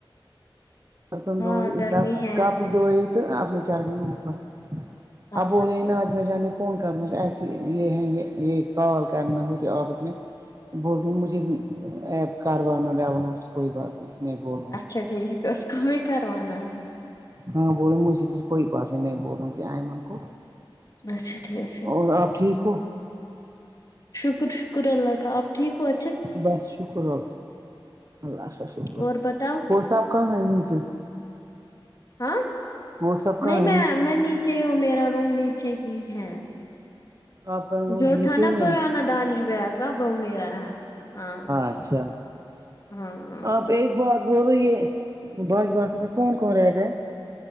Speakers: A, on the right; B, on the left.
A: برتن
B: ہاں
A: دئےپ
B: گرمی
A: کپ
B: ہے
A: کپ دئے تو آپ میں چڑ گئی اوپر
B: اچھا
A: اب رہ
B: ٹھیک
A: ناج م جانے کون کردم ای یہ یہ کال کرنا ہوت یہ آپس میں بول د ہیں مجھے بھی ایپ کاروانا ڈوان کوئی بات نہیں میں بولوں
B: اچھا
A: گی
B: ٹھیک اس کہ بھی کر ونان ہے
A: ہاں بولو مجھے کوئی بات نہیں میں بولوں گی ایمن کو
B: اچھا ٹھیک ہے
A: اور آپ ٹھیک ہو
B: شکر شکر اللہ کا آپ ٹھیک ہوا
A: بس شکر ولہ اللہ کا شکر
B: اور بتاؤ
A: وہ صاحب کہاں ہے نیچے
B: ہاں
A: وہ سب کہاں
B: نہیں
A: ہے
B: میں میں نیچے ہی ہوں میرا روم نیچے ہی ہے
A: آپ کا روم
B: جو
A: نیچے
B: تھا نا
A: ہی
B: پرانا
A: ہے
B: دانش بھیا کا وہ میرا ہے ہاں
A: اچھا
B: ہاں ہاں
A: آپ ایک بات بولو یہ باج باسا میں کون کون رہ گا ہے